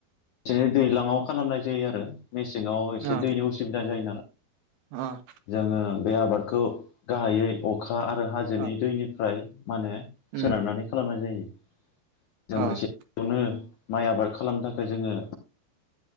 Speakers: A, on the left; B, on the right.
A: बिदिनो दैज्लाङाव खालामनाय जायो आरो। मेसेङाव एसे
B: अ
A: दैनि असुबिदा जायो नाला
B: अ
A: जोङो बे आबादखौ गाहायै अखा आरो हाजोनि
B: अ
A: दैनिफ्राय मानो
B: उम
A: सोनारनानै खालामनाय जायो।
B: अ
A: जोङो <unintelligible> माइ आबाद खालामनो थाखाय जोङो